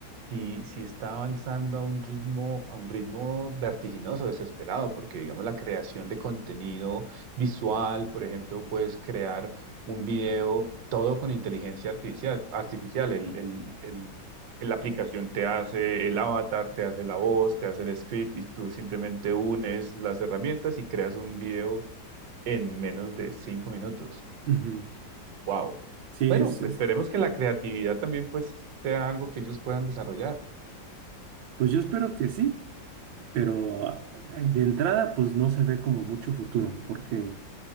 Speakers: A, on the right; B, on the right.
A: si, si está avanzando a un ritmo, a un ritmo vertiginoso, desesperado, porque digamos la creación de contenido visual, por ejemplo, puedes crear un video todo con inteligencia artificial, artificial. El, el, el- la aplicación te hace el avatar, te hace la voz, te hace el script y tú simplemente unes las herramientas y creas un video en menos de cinco minutos.
B: Ujú.
A: ¡Wow!
B: Sí,
A: Bueno,
B: es, es-
A: esperemos que la creatividad también pues sea algo que ellos puedan desarrollar.
B: pues yo espero que sí, pero ah, de entrada pues no se ve como mucho futuro, porque